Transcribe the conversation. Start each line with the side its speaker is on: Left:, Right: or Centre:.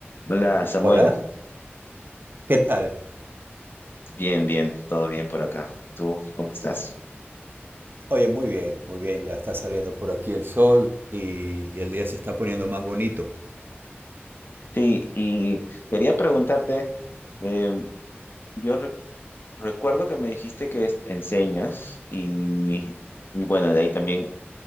Left: Hola Samuel,
Right: Hola, ¿qué tal?
Left: bien, bien, todo bien por acá. ¿Tú cómo estás?
Right: Oye, muy bien, muy bien, ya está saliendo por aquí el sol y, y el día se está poniendo más bonito.
Left: Sí, y quería preguntarte, eh, yo re- recuerdo que me dijiste que es- enseñas y, y bueno, de ahí también